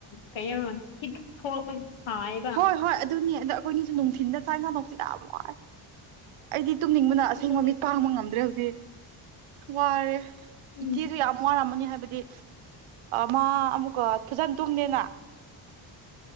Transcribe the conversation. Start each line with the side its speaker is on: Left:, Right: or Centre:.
Left: ꯀꯩꯒꯤꯅꯣ <unintelligible> ꯊꯣꯛꯂꯛꯄꯒꯤ ꯁꯥꯏꯕ
Right: ꯍꯣꯏ ꯍꯣꯏ ꯑꯗꯨꯅꯤ ꯑꯗꯣ ꯑꯩꯈꯣꯏꯅꯤꯁꯨ ꯅꯨꯡꯊꯤꯟꯗ ꯆꯥꯏ ꯉꯗꯁꯨ ꯌꯥꯝ ꯋꯥꯏ ꯑꯩꯗꯤ ꯇꯨꯝꯅꯤꯡꯕꯅ ꯑꯁꯦꯡꯕ
Left: ꯑꯗꯨꯒꯤ
Right: ꯃꯤꯠ ꯄꯥꯡꯕ ꯉꯝꯗ꯭ꯔꯦ ꯍꯧꯖꯤꯛ ꯋꯥꯔꯦ
Left: ꯎꯝ
Right: ꯏꯆꯦꯁꯨ ꯌꯥꯝ ꯋꯥꯔꯝꯃꯅꯤ ꯍꯥꯏꯕꯗꯤ ꯃꯥ ꯑꯃꯨꯛꯀ ꯐꯖꯅ ꯇꯨꯝꯗꯦꯅ